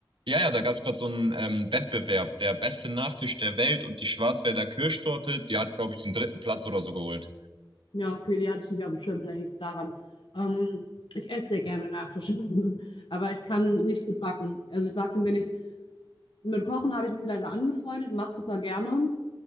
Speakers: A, on the right; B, on the left.
A: ja, ja, da gab's gerade so einen ähm, Wettbewerb, der beste Nachtisch der Welt und die Schwarzwälder Kirschtorte, die hat, glaube ich, den dritten Platz oder so geholt.
B: Ja, okay, die hatte ich nicht auf dem Schirm, vielleicht liegt es daran. Ähm, ich esse sehr gerne Nachtisch, <laughs> aber ich kann nicht gut backen. Also backen bin ich, mit Kochen habe ich mich leider angefreundet, mache super gerne.